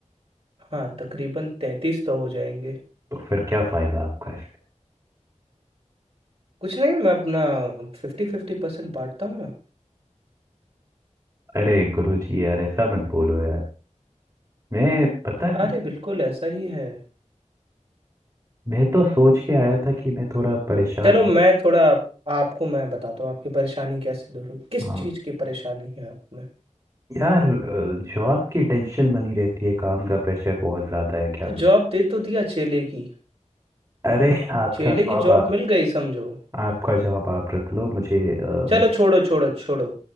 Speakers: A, on the right (about 50°); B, on the right (about 25°).
A: हाँ तकरीबन तैंतीस तो हो जाएंगे
B: तो फिर क्या फायदा आपका इसमें
A: कुछ नहीं मैं अपना फिफ्टी फिफ्टी परसेंट बांटता हूँ ना
B: अरे गुरु जी यार ऐसा मत बोलो यार मैं पता है
A: अरे बिल्कुल ऐसा ही है
B: मैं तो सोच के आया था कि मैं थोड़ा परेशान
A: चलो मैं
B: सी-
A: थोड़ा आपको मैं बताता हूँ आपकी परेशानी कैसे दूर होगी किस
B: हाँ
A: चीज़ की परेशानी है आपने
B: यार जॉब की टेंशन बनी रहती है काम का प्रेशर बहुत ज्यादा है क्या
A: तो
B: बताऊं
A: जवाब दे तो दिया चेले की
B: अरे आपका
A: चेले की
B: जॉब
A: जॉब
B: आप
A: मिल गई समझो
B: आपका जॉब आप रख लो मुझे अ,
A: चलो
B: मे-
A: छोड़ो छोड़ो छोड़ो